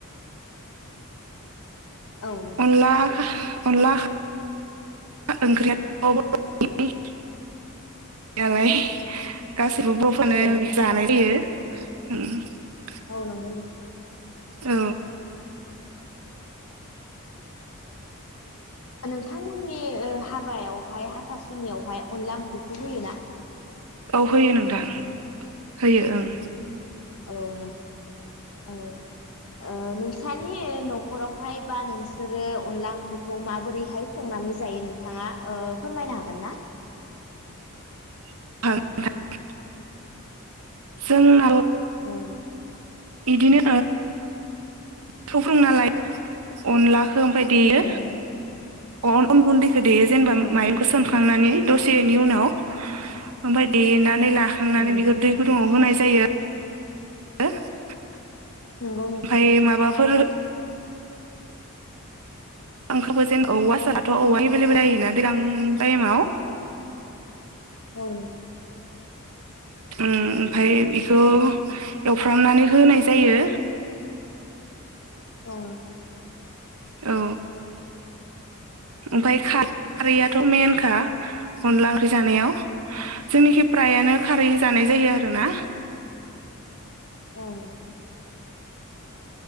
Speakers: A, on the left; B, on the right.
A: औ नंगौ
B: अनला अनला <unintelligible> ओंख्रिया <unintelligible> लाय गासैबो बर'फ्रानो
A: औ
B: बि <unintelligible> जानाय जायो <unintelligible>
A: औ नंगौ नोंथां
B: औ
A: नोंथांमोननि ओ हाबायावहाय हाथासुनियावहाय अनला ओंख्रिखौ होयोना
B: औ होयो नोंथां होयो ओं
A: औ औ ओ नोंसानि न'खरावहाय बा नोंसोरो अनला ओं खौ माबोरैहाय संनानै जायो नोंथाङा ओ फोरमायनो हागोन ना
B: <unintelligible> जों
A: औ
B: इदिनो थौ फोरों नालाय अनला <unintelligible> ओमफाय देयो
A: औ नोंथां
B: अ गुन्दै देयो जेनेबा
A: औ नोंथां
B: माइरंखौ सोमखांनानै दसेनि उनाव ओमफाय देना नानै लाखांनानै
A: औ नोंथां
B: बेखौ दै गुदुंङाव होनाय जायो <unintelligible>
A: नंगौ नोंथां
B: ओमफाय माबाफोर आंखबो जेन औवा साराथ' औवा एभेलेबेल जायोना दैज्लां टाइमाव
A: औ
B: उम ओमफाय बेखौ एवफ्रामनानै होनाय जायो
A: औ नोंथां
B: औ ओमफाय खारैयाथ' मेनखा अनला ओंख्रि जानायाव जोंनिखि फ्रायानो खारै जानाय जायो आरो ना
A: औ